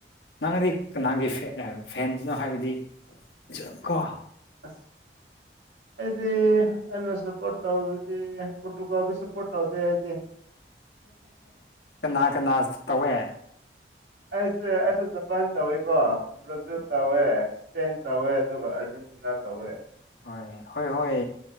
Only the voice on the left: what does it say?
ꯅꯪꯗꯤ ꯀꯅꯥꯒꯤ ꯐꯦ ꯐꯦꯟꯁꯅꯣ ꯍꯥꯏꯕꯗꯤ ꯖꯨ ꯀꯣ
ꯀꯥꯅꯥ ꯀꯥꯅꯥ ꯇꯧꯋꯦ
ꯍꯣꯏ ꯍꯣꯏ ꯍꯣꯏ